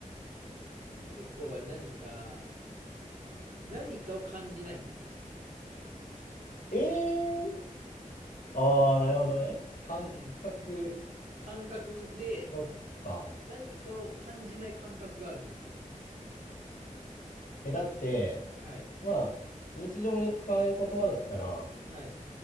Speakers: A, on the right; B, on the left.
A: 猫は何か、何かを感じないんですよ。
B: えー、ああ、なるほどね。感覚、
A: うん。感覚で
B: そっか。
A: 何かを感じない感覚があるんですよ。
B: え、だって、
A: はい。
B: まあ、日常で使われる言葉だったら、
A: はい。